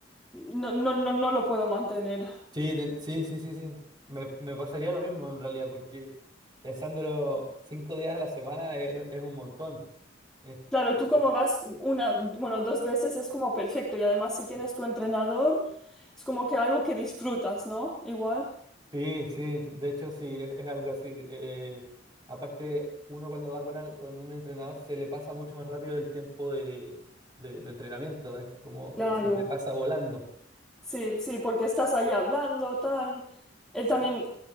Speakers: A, in the centre; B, on the right (about 25°).
A: mm, no, no, no, no lo puedo mantener.
B: Sí, te- sí, sí, sí, sí. Me, me pasaría lo mismo en realidad, porque pensándolo cinco días a la semana es, es un montón. Eh,
A: Claro, tú como
B: eh,
A: vas una, bueno, dos veces es como perfecto y además si
B: Sí,
A: tienes tu entrenador, es como que algo que disfrutas, ¿no? Igual.
B: sí, sí. de hecho sí, es, es algo así. eh, aparte, uno cuando va con, al- con un entrenador se le pasa mucho más rápido el tiempo de, de- de entrenamiento, es como
A: Claro.
B: que se te pasa volando.
A: Sí, sí, porque estás ahí hablando, tal. Él
B: Sí.
A: también